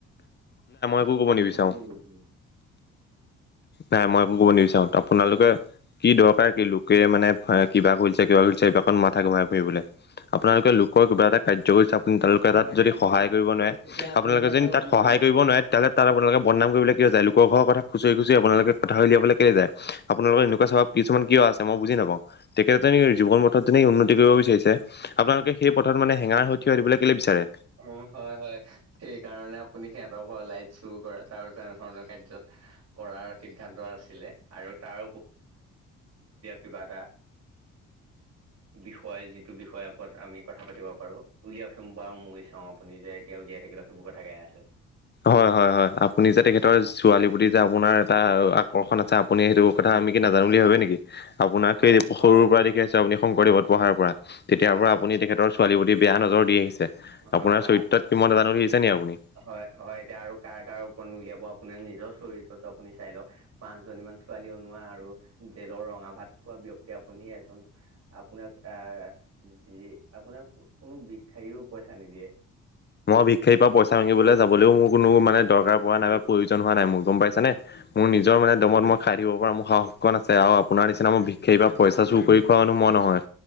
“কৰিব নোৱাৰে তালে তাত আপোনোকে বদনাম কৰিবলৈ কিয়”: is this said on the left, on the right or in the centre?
Left